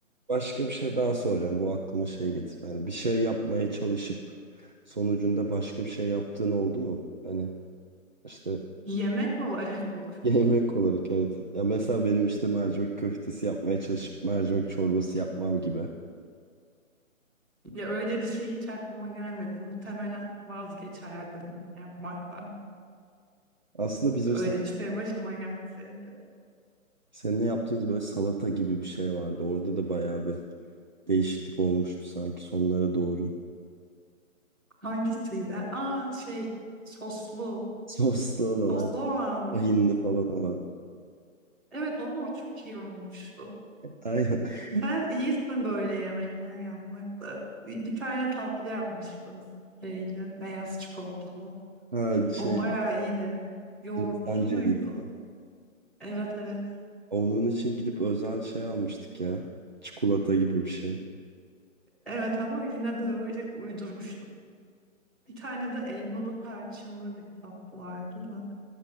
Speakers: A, on the right (about 35°); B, in the centre.
A: başka bir şey daha soracağım. Bu aklıma şey getirdi. Hani bir şey yapmaya çalışıp sonucunda başka bir şey yaptığın oldu mu? Hani işte
B: yemek olarak bu.
A: <laughs>
B: <laughs>
A: yemek olarak evet. Ya mesela benim işte mercimek köftesi yapmaya çalışıp mercimek çorbası yapmam gibi.
B: Ya öyle bir şey hiç aklıma gelmedi. Muhtemelen vazgeçerdim yapmaktan.
A: Aslında bizim
B: Öyle bir şey başıma gelseydi.
A: Seninle yaptığımız böyle salata gibi bir şey vardı. Orada da bayağı bir değişiklik olmuştu sanki sonlara doğru.
B: Hangisiydi? Aa şey soslu.
A: <laughs> Soslu olan,
B: Soslu
A: ay-
B: olan mı?
A: tahinli falan olan.
B: Evet ama o çok iyi olmuştu.
A: Aynen. <laughs>
B: Sen iyisin böyle yemekler yapmakta. Bir bir tane tatlı yapmıştım. Şeydi, beyaz çikolatalı.
A: Ha şey,
B: O bayağı iyiydi. Yoğurtlu
A: Hindistan cevizi.
B: muydu? Evet evet.
A: Onun için gidip özel şey almıştık ya. Çikolata gibi bir şey.
B: Evet ama yine de böyle uydurmuştuk. Bir tane de elmalı tarçınlı bir tatlı vardı da.